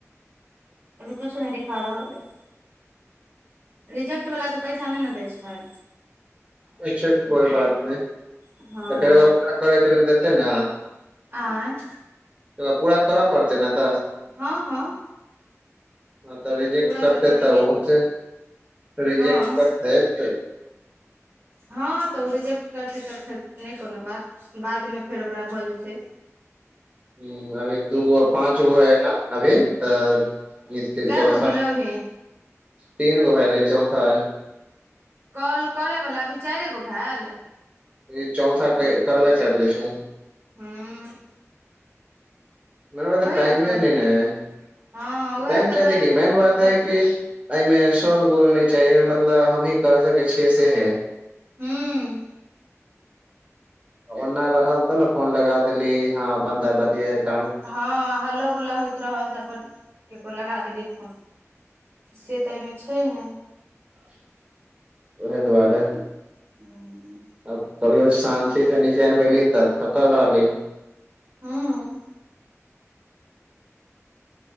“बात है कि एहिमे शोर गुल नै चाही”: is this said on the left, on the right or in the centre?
Right